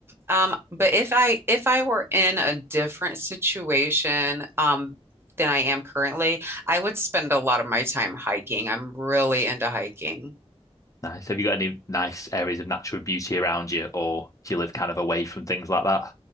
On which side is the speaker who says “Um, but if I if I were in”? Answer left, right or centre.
Right